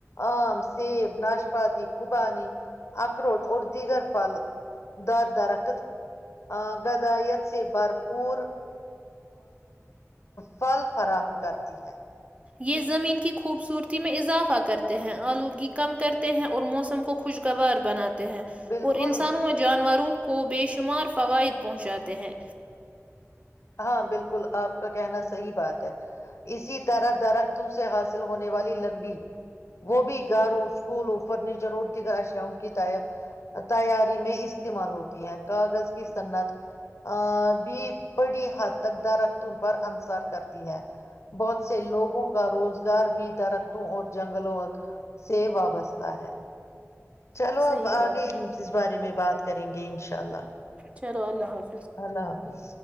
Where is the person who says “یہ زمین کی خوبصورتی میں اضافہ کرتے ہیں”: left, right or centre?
Right